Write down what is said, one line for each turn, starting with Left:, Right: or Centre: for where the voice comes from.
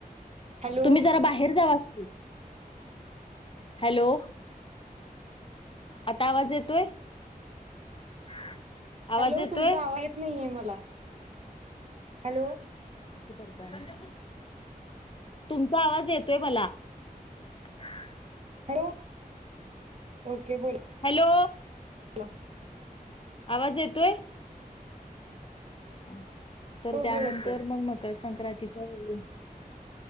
Right: हॅलो
Left: तुम्ही जरा बाहेर जावा की हॅलो आता आवाज येतोय <unintelligible> आवाज
Right: हॅलो
Left: येतोय
Right: तुमचा आवाज येत नाहीये मला हॅलो
Left: करतय तुमचा आवाज येतोय मला <unintelligible>
Right: हॅलो ओके बोल
Left: हॅलो
Right: बोला
Left: आवाज येतोय हा तर
Right: हो
Left: त्यानंतर
Right: हो येतोय
Left: मग मकर संक्रांतीच्या वेळी